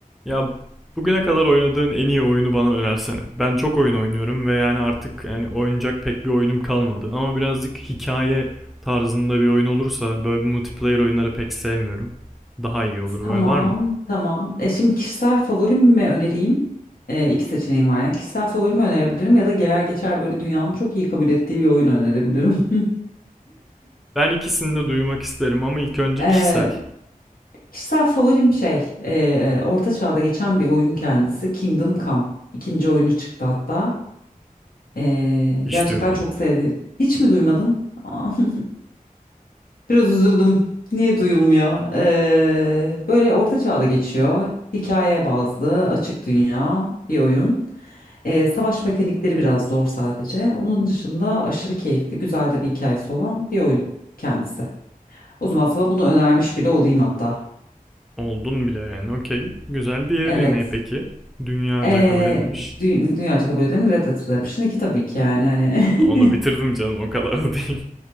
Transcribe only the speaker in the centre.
Ya bugüne kadar oynadığın en iyi oyunu bana önersene. Ben çok oyun oynuyorum ve yani artık yani oynayacak pek bir oyunum kalmadı. Ama birazcık hikaye tarzında bir oyun olursa böyle multiplayer oyunları pek sevmiyorum. Daha iyi olur
böyle var mı?
Ben ikisini de duymak isterim ama ilk önce
kişisel.
Hiç
duymadım.
Oldun bile yani okey. Güzel diğeri
ne peki? Dünyaca
kabul edilmiş.
Onu bitirdim
canım o kadar da değil.